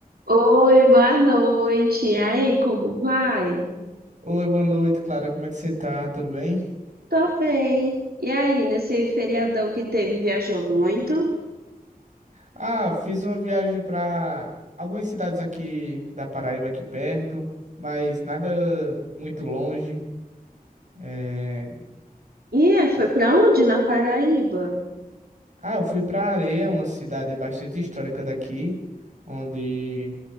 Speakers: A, on the right; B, on the right.
A: Oi, boa noite. E aí, como vai?
B: Oi, boa noite, Clara. Como é que você tá? Tudo bem?
A: Tô bem. E aí, nesse feriadão que teve, viajou muito?
B: Ah, fiz uma viagem para algumas cidades aqui da Paraíba, aqui perto, mas nada muito longe. É,
A: E é, foi pra onde? Na Paraíba?
B: Ah, eu fui para Areia, uma cidade bastante histórica daqui, onde